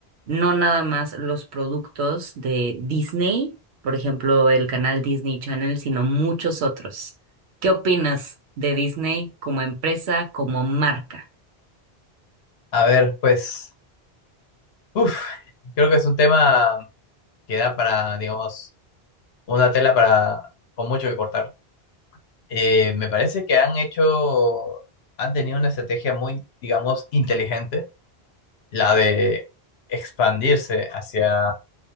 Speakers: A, on the right; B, on the left.
A: no nada más los productos de Disney, por ejemplo, el canal Disney Channel, sino muchos otros. ¿Qué opinas de Disney como empresa, como marca?
B: A ver, pues, uf, creo que es un tema que da para, digamos, una tela para con mucho que cortar. Eh, me parece que han hecho, han tenido una estrategia muy, digamos, inteligente, la de expandirse hacia